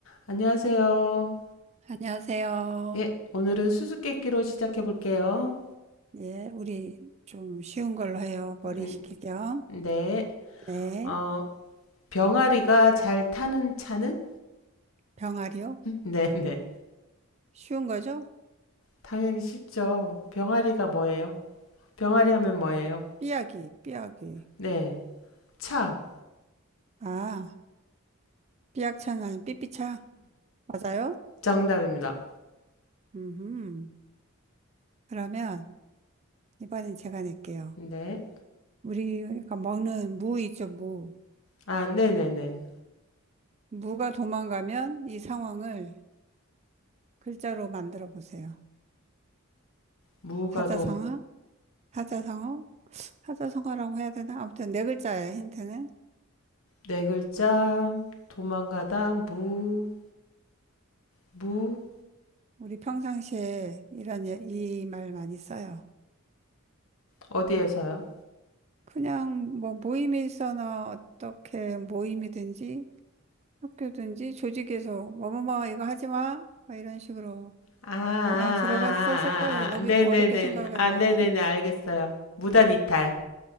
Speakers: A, on the left; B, on the right.
A: 안녕하세요.
B: 안녕하세요.
A: 예, 오늘은 수수께끼로 시작해 볼게요.
B: 예, 우리 좀 쉬운 걸로 해요. 머리
A: 음,
B: 식힐 겸.
A: 네.
B: 네,
A: 어, 병아리가 잘 타는 차는?
B: 병아리요?
A: 네, 네.
B: 쉬운 거죠?
A: 당연히 쉽죠. 병아리가 뭐예요? 병아리 하면 뭐예요?
B: 삐약이, 삐약이.
A: 네. 차.
B: 아, 삐약차는 아 삐삐차? 맞아요?
A: 정답입니다.
B: 음, 그러면 이번엔 제가 낼게요.
A: 네.
B: 우리가 먹는 무 있죠, 무.
A: 아, 네네네.
B: 무가 도망가면 이 상황을 글자로 만들어 보세요.
A: 무가
B: 사자성어?
A: 돔.
B: 사자성어? 사자성어라고 해야 되나? 아무튼 네 글자예요, 힌트는.
A: 네 글자. 도망가다. 무. 무.
B: 우리 평상시에 이런 예, 이말 많이 써요.
A: 어디에서요?
B: 그냥 뭐 모임에 있어나 어떻게 모임이든지 학교든지 조직에서 뭐뭐뭐 이거 하지 마. 막 이런 식으로
A: 아, 아, 아,
B: 많이 들어봤었을 거예요. 너무
A: 아, 아, 아. 네네네.
B: 어렵게 생각하지
A: 아,
B: 마세요.
A: 네네네. 알겠어요. 무단 이탈.